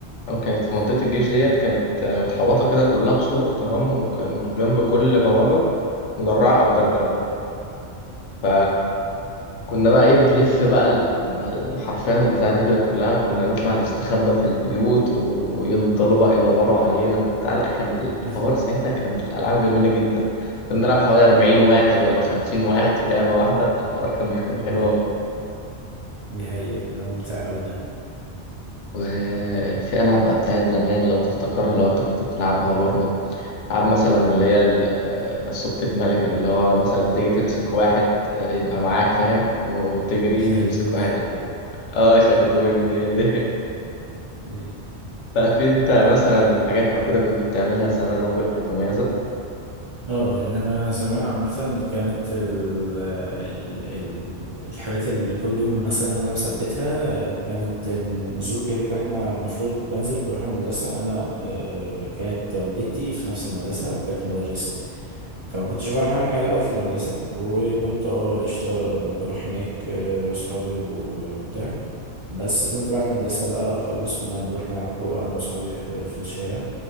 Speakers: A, on the left (about 80°); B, on the right (about 35°).
A: تمام؟ كانت في
B: أيوة.
A: منطقة الجيش ديت كانت آه، متحوطة كده كلها بسور تمام وكان جنب كل بوابة مدرعة أو دبابة
B: أيوة.
A: ف كنا بقى ايه بنلف بقى ال- ال- حرفيا البتاعة دي كده كلها كنا نطلع نستخبى في البيوت و- ويفضلوا بقى يدوروا علينا وبتاع لا كان الحوار
B: <laughs>
A: ساعتها كان الألعاب جميلة جدا كنا بنلعب حوالي 40 واحد ولا 50 واحد في لعبة واحدة فالحوار كان بيكون حلو
B: أيوة.
A: أوي
B: دي حقيقة ده ممتع أوي ده
A: وفي ألعاب بقى بتاعت زمان لو تفتكرها لو أنت كنت بتلعبها برضه ألعاب مثلا اللي هي ال- آه، مسوكة الملك اللي هو مثلا تيجي تمسك
B: أيوة.
A: واحد آه، يبقى معاك فاهم وتجري
B: شاهدوني
A: تمسك واحد يبقى معاك. اه شاهدوني هي دي
B: <laughs> أي
A: لا في انت مثلا حاجات او كده كنت بتعملها زمان او كده كانت مميزه
B: اه يعني انا زمان عامه كانت ال ال ال الحاجات اللي كل يوم مثلا انا مثبتها كانت نزول كده كده احنا المفروض بنزل بروح المدرسه انا آه، كانت والدتي في نفس المدرسه وكانت مدرسه فما كنتش بعرف اعمل حاجه قوي في المدرسه وكنت اه قشطه بروح هناك آه، واصحابي و- وبتاع بس كنت بعد المدرسة بقى أخلص كنا نروح نلعب كورة أنا وأصحابي في في الشارع